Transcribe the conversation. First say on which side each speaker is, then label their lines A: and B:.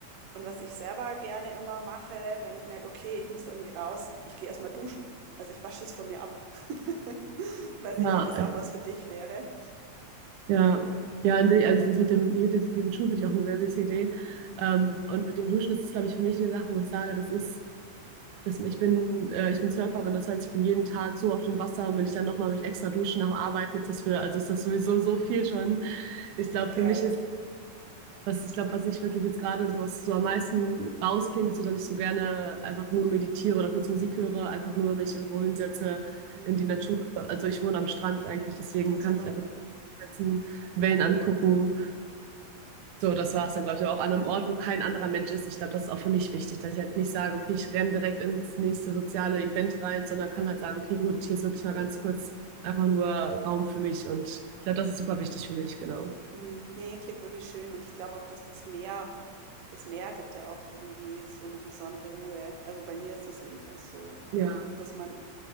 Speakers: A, on the right; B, on the right.
A: Und was ich selber gerne immer mache, wenn ich merke, okay, ich muss irgendwie raus, ich gehe erstmal duschen. Also ich wasche es von mir ab. <laughs> Weiß
B: ja,
A: nicht, ob das
B: äh,
A: auch was für dich wäre.
B: ja. Ja, und ich- also das mit dem, mit dem mit den Schuhen finde ich auch eine sehr süße Idee.
A: Hm.
B: Ähm, und mit dem Duschen ist das, glaube ich, für mich eine Sache, wo ich sage, das ist Das, ich bin, äh, ich bin Surferin, das heißt, ich bin jeden Tag so auf dem Wasser und wenn ich dann nochmal mich extra dusche nach dem Arbeiten, ist das für, also ist das sowieso so viel schon. Ich glaube,
A: Okay.
B: für mich ist, was ich glaube, was ich wirklich jetzt gerade so, was so am meisten rausklingt, ist so dass ich so gerne einfach nur meditiere oder kurz Musik höre, einfach nur mich irgendwo hinsetze
A: Hm.
B: in die Natur. Also ich wohne am Strand eigentlich, deswegen
A: Ja,
B: kann
A: super.
B: ich einfach nicht setzen, Wellen angucken so, das war es dann, glaube ich, aber auch an einem Ort, wo kein anderer Mensch ist. Ich glaube, das ist auch für mich wichtig, dass ich halt nicht sage, okay, ich renne direkt ins nächste soziale Event rein, sondern kann halt sagen, okay, gut, hier ist wirklich mal ganz kurz einfach nur Raum für mich. Und ich glaube, das ist super wichtig für mich, genau.
A: Hm. Nee, klingt wirklich schön. Und ich glaube auch, dass das Meer, das Meer gibt ja auch irgendwie so eine besondere Ruhe. Also bei mir ist das jedenfalls so. Also
B: Ja.
A: einfach, dass man,